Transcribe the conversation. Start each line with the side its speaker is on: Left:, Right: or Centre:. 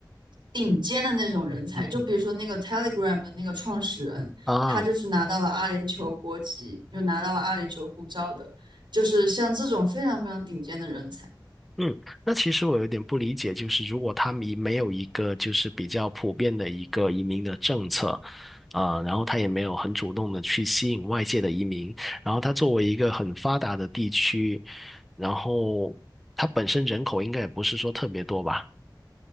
Right: 顶尖的那种人才，
Centre: 嗯嗯
Right: 就比如说那个 Telegram 的那个创始人，
Centre: 啊，
Right: 他就是拿到了阿联酋国籍，就拿到了阿联酋护照的，就是像这种非常非常顶尖的人才。
Centre: 嗯，那其实我有点不理解，就是如果他们移没有一个就是比较普遍的一个移民的政策，啊、然后他也没有很主动的去吸引外界的移民，然后他作为一个很发达的地区，然后它本身人口应该也不是说特别多吧？